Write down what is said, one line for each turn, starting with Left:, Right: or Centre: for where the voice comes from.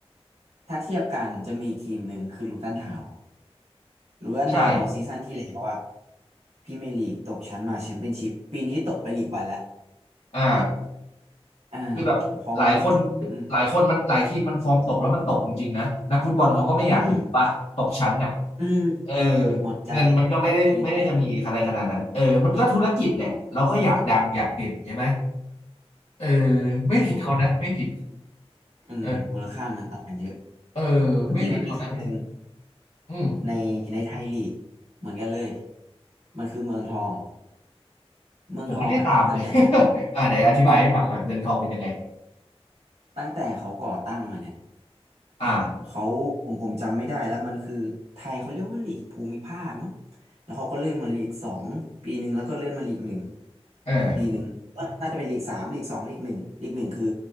Right: ถ้าเทียบกันจะมีอีกทีมหนึ่งคือลูตันทาวน์ รูเวนทาวซีซั่นที่แล้วอะ
Left: ใช่
Right: พรีเมียร์ลีกตกชั้นมาแชมเปี้ยนชิพปีนี้ตกไปลีกวันแล้ว
Left: อ่า
Right: อ่า
Left: คือแบบหลายคน
Right: เพราะว่าอืม
Left: หลายคนมันหลายทีมมันฟอร์มตกแล้วมันตกจริงๆนะนักฟุตบอลเขาก็ไม่อยากอยู่ป่ะตกชั้นน่ะ
Right: อืมอืม
Left: เออ
Right: หมดใจ
Left: เงินมันก็ไม่ได้ไม่ได้จะมีอะไรขนาดนั้นเออมันก็ธุรกิจแหละเราก็อยากดังอยากเด่นใช่ไหม
Right: ทีมแต่
Left: เออไม่ผิดเขานะไม่ผิด
Right: ใช่อืมมูลค่ามันต่างกันเยอะ
Left: เออเออ
Right: จริงๆมันมีทีมหนึ่ง
Left: ไม่ผิดเขานะไม่ผิดอืม
Right: ในในไทยลีกเหมือนกันเลยมันคือเมืองทองเมืองทองอ่ะตั้งแต่เขาก่อ
Left: ผมไม่ได้ตามเลย <laughs> อ่าไหนอธิบายให้ฟังหน่อยเมืองทองเป็นยังไง
Right: อืมตั้งแต่เขาก่อตั้งมาเนี่ย
Left: อ่า
Right: เขาผมผมจำไม่ได้แล้วมันคือไทยเขาเรียกว่าลีกภูมิภาคมั้งแล้วเขาก็เลื่อนมาลีกสองปีหนึ่งแล้วก็เลื่อนมาลีกหนึ่ง
Left: เออ
Right: ปีหนึ่งแล้วน่าจะเป็นลีกสามลีกสองลีกหนึ่งลีกหนึ่งคือ